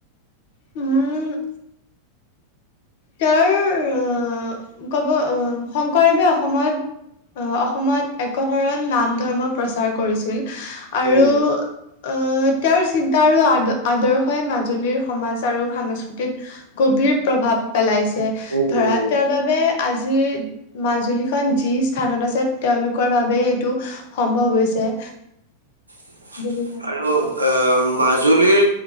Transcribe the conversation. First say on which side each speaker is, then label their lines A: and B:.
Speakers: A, on the left (about 50°); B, on the right (about 75°).
A: উম তেওঁৰ আহ, কব, অ, শংকৰদেৱে অসমত আহ অসমত একশৰণ নাম ধৰ্ম প্ৰচাৰ কৰিছিল আৰু
B: উম,
A: আহ তেওঁৰ চিন্তা আৰু আ আদৰ্শই মাজুলীৰ সমাজ আৰু সাংস্কৃতিত গভীৰ প্ৰভাৱ পেলাইছে
B: উম,
A: ধৰা
B: উম।
A: তেওঁৰ বাবে আজি যি মাজুলীখন যি স্থানত আছে তেওঁলোকৰ বাবে এইটো। সম্ভৱ হৈছে।
B: <inaudible>
A: বুলি মই
B: হেল্লো
A: ভাবো।
B: অ' মাজুলীৰ